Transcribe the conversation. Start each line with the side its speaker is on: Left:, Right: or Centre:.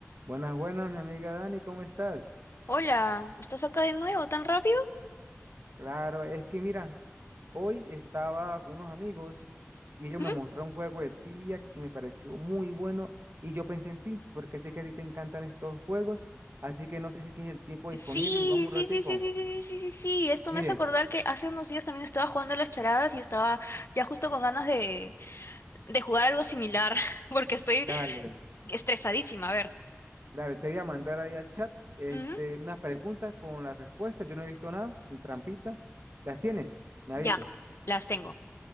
Right: Buenas, buenas, mi amiga Dani, ¿cómo estás?
Left: Hola, ¿estás acá de nuevo tan rápido?
Right: Claro, es que mira, hoy estaba con unos amigos y ellos
Left: ¿Mm?
Right: me mostraron un juego de trivia que me pareció muy bueno y yo pensé en ti, porque sé que a ti te encantan estos juegos, así que no sé si tienes el tiempo disponible
Left: Sí,
Right: y jugamos un
Left: sí,
Right: ratico.
Left: sí, sí, sí, sí, sí, sí, sí, sí. Esto
Right: Mire,
Left: me hace acordar que hace unos días también estaba jugando a las charadas y estaba ya justo con ganas de, de jugar algo similar, <laughs> porque estoy
Right: dale,
Left: estresadísima. A ver,
Right: dale, te voy a mandar ahí al chat este,
Left: Ujú,
Right: unas preguntas con las respuestas, yo no he visto nada, sin trampita. ¿Las tienes? Me
Left: ya,
Right: avisas.
Left: las tengo.